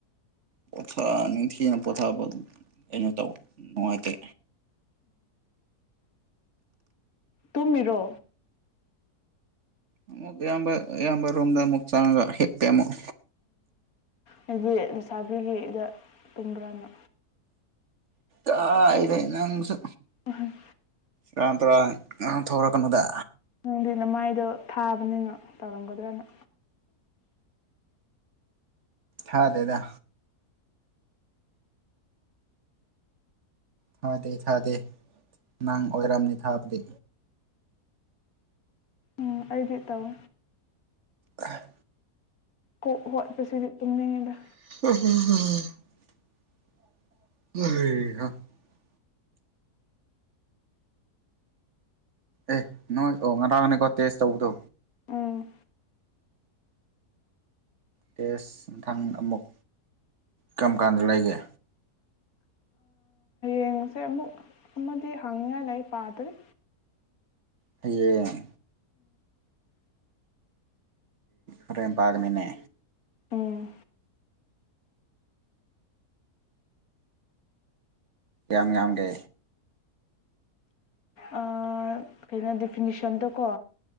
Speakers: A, on the right (about 50°); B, on the left (about 65°).
A: ꯄꯣꯊ ꯅꯤꯡꯊꯤꯅ ꯄꯣꯊꯥꯕ ꯑꯗꯨ ꯀꯩꯅꯣ ꯇꯧꯕ ꯅꯨꯡꯉꯥꯏꯇꯦ
B: ꯇꯨꯝꯃꯤꯔꯣ
A: ꯑꯃꯨꯛ ꯏꯌꯥꯝꯕ ꯏꯌꯥꯝꯕ ꯔꯣꯝꯗ ꯑꯃꯨꯛ ꯆꯪꯉꯒ ꯍꯤꯞꯄꯦ ꯑꯃꯨꯛ
B: ꯍꯥꯏꯗꯤ ꯂꯩꯁꯥꯕꯤꯒꯤꯗ ꯇꯨꯝꯕ꯭ꯔꯥꯅ
A: ꯑꯗ ꯅꯪꯁꯨ
B: ꯑ
A: ꯀ ꯇꯧꯔ ꯉ ꯊꯣꯛꯈ꯭ꯔ ꯀꯩꯅꯣꯗ
B: ꯅꯪꯗꯤ ꯅ ꯃꯥꯏꯗꯣ ꯊꯥꯕꯅꯤꯅ ꯇꯧꯔꯝꯒꯗ꯭ꯔꯅ
A: ꯍꯗꯦꯗ ꯊꯥꯗꯦ ꯊꯥꯗꯦ ꯅꯪ ꯑꯣꯏꯔꯝꯅꯤ ꯊꯥꯕꯗꯤ
B: ꯎꯝ ꯑꯕꯤ ꯇꯋꯣ
A: ꯑ
B: ꯀꯣꯛ ꯍꯠ ꯄꯦꯁꯤꯔꯤ ꯇꯨꯝ ꯅꯉꯗ
A: ꯑ <inaudible> ꯑꯦ ꯅꯣꯏ ꯑꯣ ꯉꯗꯥꯥꯡ ꯉꯅꯤꯀꯣ ꯇꯦꯁ ꯇꯧꯕꯗꯣ
B: ꯎꯝ
A: ꯇꯦꯁ ꯊꯪ ꯑꯃꯨꯛ ꯀꯔꯝ ꯀꯥꯟꯗ ꯂꯩꯒꯦ
B: ꯌꯦꯡꯉꯁꯦ ꯑꯃꯨꯛ ꯑꯃꯗꯤ ꯍꯪꯅꯤꯉꯥꯏ ꯂꯩꯥꯏ ꯄꯥꯗꯔꯤ
A: ꯍꯌꯦꯡ ꯍꯣꯔꯦꯟ ꯄꯥꯒꯅꯤꯟꯅ
B: ꯎꯝ
A: ꯌꯥꯝ ꯌꯥꯝꯒꯦ
B: ꯑꯥ ꯀꯩꯅꯣ ꯗꯤꯐꯤꯅꯤꯁꯟꯗꯣ ꯀꯣ